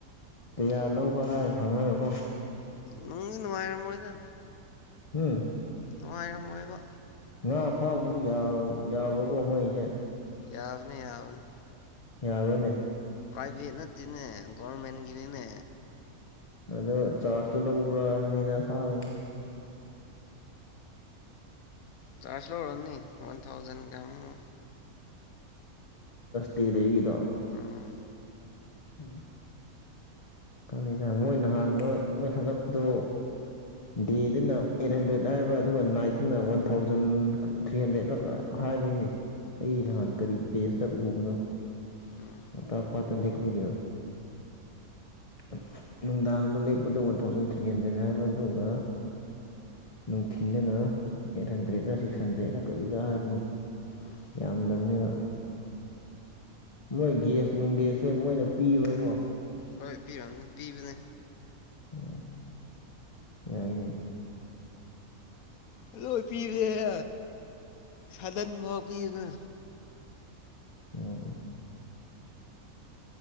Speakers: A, on the left; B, on the left.
A: ꯀꯌꯥ ꯂꯧꯕ ꯍꯥꯏ ꯈꯪꯉꯒꯀꯣ
B: ꯅꯪ ꯅꯨꯡꯉꯥꯏꯔ ꯃꯣꯣꯏꯗ
A: ꯎꯝ
B: ꯅꯨꯡꯉꯔ ꯃꯣꯏꯒ
A: ꯉꯥ ꯐꯥꯕꯗꯤ ꯌꯥꯕ꯭ꯔꯣꯀꯣ ꯃꯩꯁꯦ
B: ꯌꯥꯎꯕꯅꯦ ꯌꯥꯕꯅ
A: ꯌꯥꯅꯦ
B: ꯄ꯭ꯔꯥꯏꯚꯦꯠ ꯅꯠꯇꯦꯅꯦ ꯒꯣꯔꯃꯦꯟꯒꯤꯅꯤꯅꯦ
A: ꯑꯗ‌ꯩ ꯆꯥꯔꯖꯇꯣ ꯂꯧꯕ꯭ꯔꯥ ꯍꯥꯏꯕꯅꯤꯅ ꯐꯥꯉ
B: ꯆꯥꯔꯖ ꯂ ꯑꯣꯏꯔꯅꯤ ꯋꯥꯟ ꯊꯥꯎꯖꯟ ꯀꯃ
A: ꯇ ꯂꯩꯒꯤꯗꯣ
B: ꯎꯝ
A: ꯎꯝ ꯈꯪꯗ ꯃꯣꯏ ꯅꯍꯥꯟꯗ ꯃꯣꯏ ꯊꯥꯒꯠꯄꯗꯣ ꯗꯦꯗꯅ ꯑꯩꯠ ꯍꯟꯗ꯭ꯔꯦꯗ ꯍꯥꯏꯕ꯭ꯔꯥ ꯑꯗꯨꯒ ꯅꯥꯏꯠꯇꯅ ꯋꯥꯟ ꯊꯥꯎꯖꯟ ꯊ꯭ꯔꯤ ꯍꯟꯗ꯭ꯔꯦꯗ ꯍꯥꯏꯕꯅꯤꯅꯤ ꯑꯩ
B: ꯎꯝ
A: ꯅꯍꯥꯟ ꯀꯔꯤ ꯄꯦꯁ ꯆ ꯎꯕꯅꯣ
B: ꯎꯝ
A: ꯄꯣꯛꯇꯥꯛ ꯄꯥꯠꯇ ꯂꯩꯦꯛꯄꯒꯤꯗꯣ <inaudible> ꯅꯨꯡꯗꯥꯡꯗꯣ ꯂꯦꯞꯄꯗꯣ ꯋꯥꯟ ꯊꯥꯎꯖꯟ ꯊ꯭ꯔꯤ ꯍꯟꯗ꯭ꯔꯦꯗ ꯍꯥꯏꯕ ꯑꯗꯨꯒ ꯅꯨꯡꯊꯤꯟꯗꯅ ꯑꯩꯠ ꯍꯟꯗ꯭ꯔꯦꯗ ꯁꯤꯛꯁ ꯍꯟꯗ꯭ꯔꯦꯗ ꯀꯔꯤꯗ ꯍꯥꯏꯕꯅꯤꯅꯤ
B: ꯎꯝ
A: ꯌꯥꯝꯗꯃꯅꯦꯕ ꯃꯣꯏ ꯒꯦꯁ ꯅꯨꯡꯒꯦꯁꯁꯦ ꯃꯣꯏꯅ ꯄꯤꯕ꯭ꯔꯀꯣ
B: ꯍꯣꯏ ꯄꯤꯔꯝꯅꯦ ꯄꯤꯕꯅꯦ
A: ꯑꯣ ꯌꯥꯏꯅꯦ
B: <unintelligible> ꯐꯤꯔ ꯁꯥꯗꯟꯚꯥꯎ ꯄꯤꯅ
A: ꯑꯣ